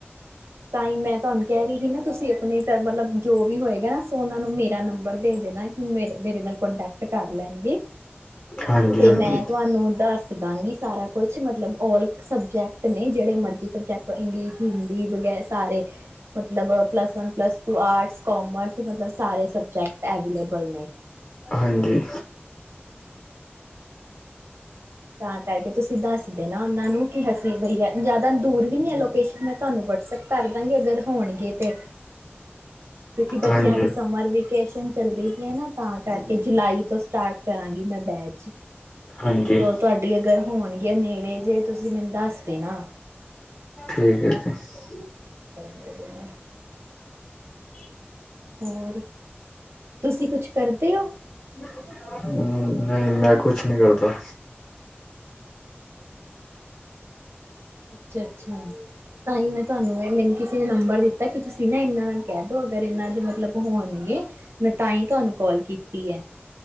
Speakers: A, on the right; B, on the left.
A: ਤਾਂ ਹੀ ਮੈਂ ਤੁਹਾਨੂੰ ਕਹਿ ਰਹੀ ਸੀ ਨਾ ਤੁਸੀਂ ਆਪਣੇ ਮਤਲਬ ਜੋ ਵੀ ਹੋਏਗਾ ਨਾ ਤੁਸੀਂ ਉਹਨਾ ਨੂੰ ਮੇਰਾ ਨੰਬਰ ਦੇ ਦੇਣਾ। ਮੇ ਮੇਰੇ ਨਾਲ ਕੋਂਟੈਕਟ ਕਰ ਲੈਣਗੇ,
B: ਹਾਂਜੀ,
A: ਤੇ
B: ਹਾਂਜੀ,
A: ਮੈਂ ਤੁਹਾਨੂੰ ਦੱਸ ਦਸ ਦਵਾਂਗੀ ਸਾਰਾ ਕੁਛ, ਮਤਲਬ ਔਲ ਸਬਜੈਕਟ ਨੇ ਜਿਹੜੇ ਮਰਜ਼ੀ ਸਬਜੈਕਟ ਇੰਗਲਿਸ਼ ਹਿੰਦੀ ਵਗੈਰਾ ਸਾਰੇ, ਮਤਲਬ plus one, plus two arts, commerce ਮਤਲਬ ਸਾਰੇ ਸਬਜੈਕਟ ਐਵੇਲੇਬਲ ਨੇ।
B: ਹਾਂਜੀ।
A: ਤਾਂ ਕਰਕੇ ਤੁਸੀਂ ਦੱਸਦੇ ਨਾ ਉਹਨਾਂ ਨੂੰ ਕਿ ਅਸੀਂ ਬਈਆ, ਜਿਆਦਾ ਦੂਰ ਵੀ ਨੀ ਹੈ ਲੋਕੇਸ਼ਨ ਤੁਹਾਨੂੰ ਵਟਸਐਪ ਕਰ ਦਾਵਾਂਗੇ, ਅਗਰ ਹੋਣਗੇ ਤੇ ਕਿਉਂਕਿ ਬੱਚਿਆਂ
B: ਹਾਂਜੀ।
A: ਦੀ ਸਮਰ ਵੇਕੇਸ਼ਨ ਚੱਲਦੀ ਪਈ ਹੈ ਨਾ, ਤਾਂ ਕਰਕੇ ਜੁਲਾਈ ਤੋਂ ਸਟਾਰਟ ਕਰਾਂਗੀ ਮੈਂ ਬੈਚ।
B: ਹਾਂਜੀ।
A: ਸੋ ਤੁਹਾਡੀ ਅਗਰ ਹੋਣਗੀਆਂ ਨੇੜੇ, ਜੇ ਤੁਸੀਂ ਮੈਨੂੰ ਦੱਸ ਦੇਣਾ ਨਾ।
B: ਠੀਕ ਹੈ ਜੀ।
A: ਕਰਾਂਗੇ ਨਾਲ। <unintelligible>
B: <unintelligible>
A: ਹੋਰ ਤੁਸੀਂ ਕੁਛ ਕਰਦੇ ਹੋ
B: ਹਮ ਨਹੀਂ ਮੈਂ ਕੁਛ ਨਹੀਂ ਕਰਦਾ।
A: ਅੱਛਾ ਅੱਛਾ ਤਾਂ ਹੀ ਮੈਂ ਤੁਹਾਨੂੰ ਮੈਨ ਕਿਸੇ ਨੇ ਨੰਬਰ ਦਿੱਤਾ ਕਿ ਤੁਸੀਂ ਨਾ ਇੰਨਾ ਦਾ ਕਹਿ ਦੋ ਅਗਰ ਇਹਨਾਂ ਦੇ ਮਤਲਬ ਹੋਣਗੇ ਮੈਂ ਤਾਂ ਹੀ ਤੁਹਾਨੂੰ ਕਾਲ ਕੀਤੀ ਏ।